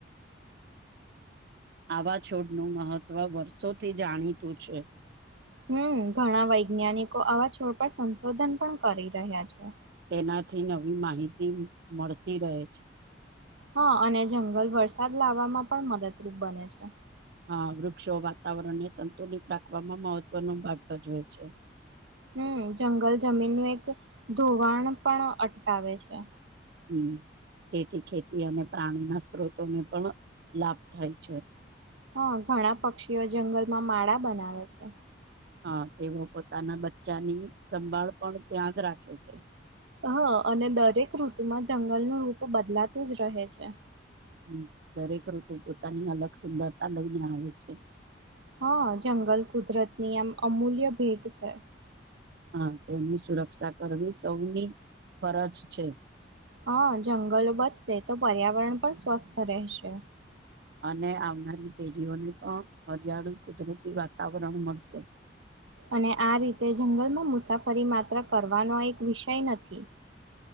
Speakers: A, on the right; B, on the right.
A: આવા છોડનું મહત્ત્વ વર્ષોથી જાણીતું છે
B: હમ ઘણા વૈજ્ઞાનિકો આવા છોડ પર સંશોધન પણ કરી રહ્યા છે
A: તેનાથી નવી માહિતી મળતી રહે છે
B: હા અને જંગલ વરસાદ લાવામાં પણ મદદરૂપ બને છે
A: આ વૃક્ષો વાતાવરણને સંતુલિત રાખવામાં મહત્વનો ભાગજવે છે
B: હમ જંગલ જમીનનું એક ધોવાણ પણ અટકાવે છે
A: હમ તેથી ખેતી અને પ્રાણીના સ્ત્રોતોને પણ લાભ થાય છે
B: હા ઘણા પક્ષીઓ જંગલમાં માળા બનાવે છે
A: હા તેઓ પોતાના બચ્ચાની સંભાળ પણ ત્યાં જ રાખે છે
B: હ અને દરેક ઋતુમાં જંગલનું રૂપ બદલાતું જ રહે છે
A: હમ દરેક ઋતુ પોતાની અલગ સુંદરતા લઈને આવે છે
B: હા જંગલ કુદરત ની એમ અમૂલ્ય ભેટ છે
A: હા તેની સુરક્ષા કરવી સૌની ફરજ છે
B: હા જંગલો બચશે તો પર્યાવરણ પણ સ્વસ્થ રહેશે
A: અને આવનારી પેઢીઓને પણ હરિયાળુ કુદરતી વાતાવરણ મળશે
B: અને આ રીતે જંગલમાં મુસાફરી માત્ર કરવાનો એક વિષય નથી